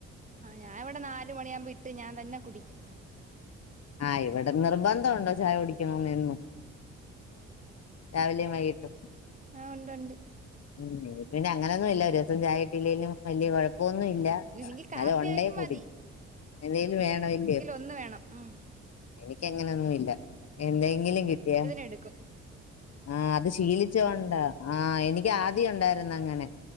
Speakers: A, on the right (about 25°); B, on the left (about 55°).
A: ഞാഇവിടെ നാല് മണിയാവുമ്പിട്ട് ഞാൻതന്നെ കുടിക്കും
B: ആയ് വടെ നിർബന്ധഉണ്ടോ ചായ കുടിക്കണമെന്നും രാവിലിൻ വൈകിട്ടും
A: ആ ഉണ്ടുണ്ട്
B: ഉം പിന്നങ്ങനൊന്നുല്ല ഒരു ദിവസം ചായകിട്ടിലേലും വല്യ കൊയപ് ഇപ്പൊന്നുഇല്ല
A: എനിക്ക്
B: എന്നാലും
A: കാപ്പിയായാലും
B: ഉണ്ടേ കുടിക്കും
A: മതി
B: എന്തെലും വേണഇല്യോ
A: ഇന്ന് വേണം ഉം
B: എനിക്കങ്ങനൊന്നുഇല്ല എന്തെങ്കിലും കിട്ടിയ
A: എട്ക്കും
B: ആഹ് അത് ശീലിച്ചകൊണ്ടാ ആഹ് എനിക്കാദ്യം ഉണ്ടാരുന്നു അങ്ങനെ